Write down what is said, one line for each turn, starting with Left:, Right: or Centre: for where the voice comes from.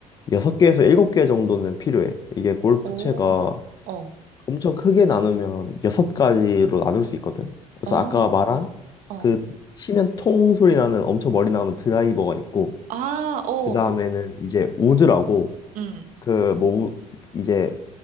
Left: 6개에서 7개 정도는 필요해. 이게 골프채가
Right: 오. 어.
Left: 엄청 크게 나누면 6가지로 나눌 수 있거든. 그래서
Right: 어.
Left: 아까 말한
Right: 어.
Left: 그 치면 통 소리 나는 엄청 멀리 나오는 드라이버가 있고
Right: 아, 어.
Left: 그다음에는 이제 우드라고
Right: 음.
Left: 그 뭐 이제